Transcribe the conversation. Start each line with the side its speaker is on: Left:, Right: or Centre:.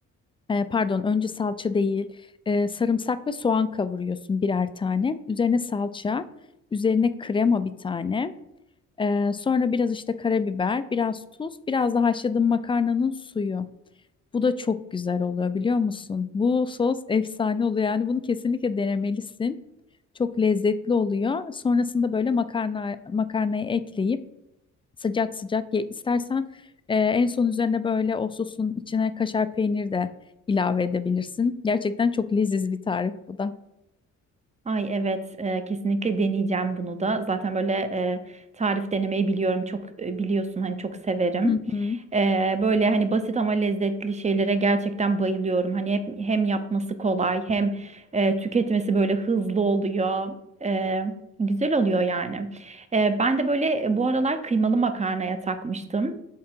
Left: Ee, pardon, önce salça değil, ee, sarımsak ve soğan kavuruyorsun birer tane. Üzerine salça, üzerine krema bir tane. Ee, sonra biraz işte karabiber, biraz tuz, biraz da haşladığın makarnanın suyu. Bu da çok güzel oluyor biliyor musun? Bu sos efsane oluyor. Yani bunu kesinlikle denemelisin. Çok lezzetli oluyor. Sonrasında böyle makarna makarnayı ekleyip Sıcak sıcak ye istersen e, en son üzerine böyle o sosun içine kaşar peynir de ilave edebilirsin. Gerçekten çok leziz bir tarif bu da.
Right: Ay evet e, kesinlikle deneyeceğim bunu da. Zaten böyle e, tarif denemeyi biliyorum. Çok e, biliyorsun hani çok severim.
Left: Hı hı.
Right: E, böyle hani basit ama lezzetli şeylere gerçekten bayılıyorum. Hani hep, hem yapması kolay hem e, tüketmesi böyle hızlı oluyor. E, güzel oluyor yani. E, ben de böyle e, bu aralar kıymalı makarnaya takmıştım.